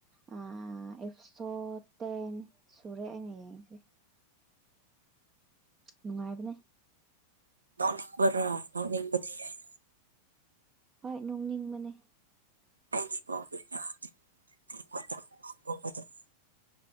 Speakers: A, on the right; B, on the right.
A: ꯑꯥ ꯑꯦꯞꯁꯣ ꯇꯦꯟ ꯁꯨꯔꯦ ꯑꯩꯅ ꯌꯦꯡꯉꯤꯁꯦ ꯅꯨꯡꯉꯥꯏꯕꯅꯦ
B: ꯅꯣꯛꯅꯤꯡꯕꯔꯣ ꯅꯣꯛꯅꯤꯡꯕꯗꯤ ꯑꯩ
A: ꯍꯣꯏ ꯅꯣꯛꯅꯤꯡꯕꯅꯦ
B: <unintelligible>